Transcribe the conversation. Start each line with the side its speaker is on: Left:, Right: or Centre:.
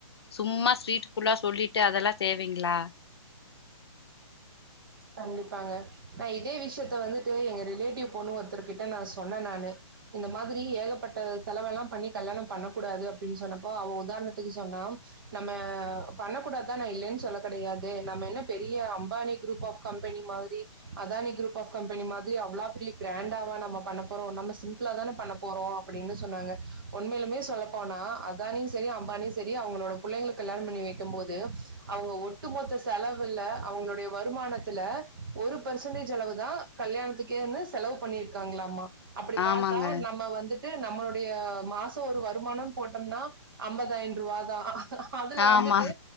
Left: சும்மா ஸ்ட்ரீட் ஃபுல்லா சொல்லிட்டு அதெல்லா தேவைங்ளா
Right: கண்டிப்பாங்க நா இதே விஷயத்த வந்துட்டு எங்க ரிலேட்டிவ் பொண்ணு ஒருத்தர்கிட்ட நா சொன்னே நானு இந்த மாதிரி ஏகப்பட்ட செலவு எல்லாம் பண்ணி கல்யாணம் பண்ணக்க கூடாது அப்டின்னு சொன்னப்போ அவ உதாரணத்துக்கு சொன்னா நம்ம பண்ணக்கூடாது தா நா இல்லைன்னு சொல்ல கிடையாது நம்ம என்ன பெரிய அம்பானி குரூப் ஆஃப் கம்பெனி மாதிரி அதானி குரூப் ஆஃப் கம்பெனி மாதிரி அவ்ளா பெரிய கிராண்டாவா நம்ம பண்ண போறோம் நம்ம சிம்பிளா தான பண்ண போறோ அப்டின்னு சொன்னாங்க உண்மையிலுமே சொல்லப்போனா அதானியும் சரி அம்பானியும் சரி அவுங்களோட புள்ளைங்களுக்கு கல்யாணம் பண்ணி வைக்கும் போது அவங்க ஒட்டுமொத்த செலவுல்ல அவங்களுடைய வருமானத்தை ல ஒரு பர்சன்டேஜ் அளவு தா கல்யாணத்துக்கேனு செலவு பண்ணிருக்காங்களாமா அப்டி
Left: ஆமாங்க
Right: பாத்தா நம்ம வந்து நம்மளுடைய மாசோ ஒரு வருமானம்னு போட்டோம்னா ஐம்பதாயிரம் ரூபா தா அதுல
Left: ஆமா
Right: வந்துட்டு